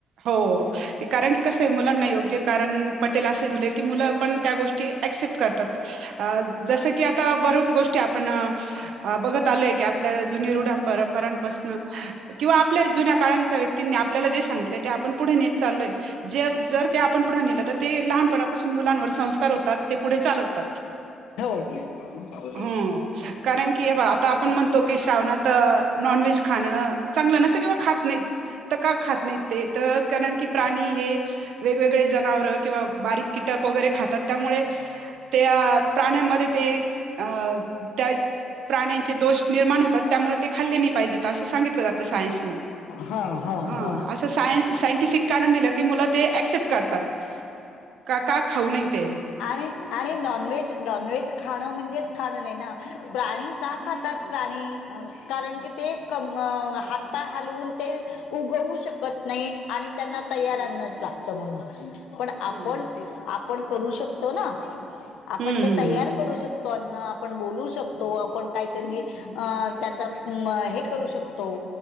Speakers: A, on the right; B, on the left.
A: हो कारण की कसं य मुलांना योग्य कारण पटेल अस दिल की, मुलं पण त्या गोष्टी ॲक्सेप्ट करतात. अ जस की आता बरच गोष्टी आपण बघत आलोय, की आप ल्या जुन्या रूढ परंपरांपसनं किंवा आपल्याच जुन्या काळांच्या व्यक् तिनी आपल्याला जे सांगितलंय, ते आपण पुढे नेत चालोय, जे जर ते आपण पुढ नेलं तर, ते लहानपणापासून मुलांवर संस्कार होतात, ते पुढे चालवतात.
B: लेडीज पासुन सावध राहा.
A: हो कारण की य बा त आपण म्हणतो की श्रावणात, नॉनव्हेज खाणं चांगलं नसत किंवा खात नाहीत. त का खात नाही? ते तर कारण की प्राणी, हे वेगवेगळे जनावरं किंवा बारीक कीटक वगैरे खातात. त्यामुळे त्या प्राण्यांमध्ये, ते अ त्या प्राण्यांचे दोष निर्माण होतात, त्यामुळे ते खाल्ले नाही पाहिजेत, असं सांगितलं जातं सायन्सने.
B: हां हां
A: हा
B: हां.
A: असं सायन्- सायंटिफिक कारण दिलं की, मुलं ते ॲक्सेप्ट करतात. क का खाऊ नये ते.
B: आणि-आणि नॉनव्हेज-नॉनव्हेज खाणं, म्हणजेच खाणं नही ना प्राणी का
A: हम्म
B: खातात प्राणी? कारण की ते कम अ हातपाय हलवून ते. उगवू शकत नाही आणि त्यांना तयार अन्नच लागतं म्हणून. पण आपण,
A: हम्म
B: आपण करू शकतो ना? आपण
A: हम्म
B: ते
A: हम्म
B: तयार करू शक तो अन्न, आपण बोलू शकतो, आपण काहीतरी <unintelligible> अ त्याचा म हे करू शकतो.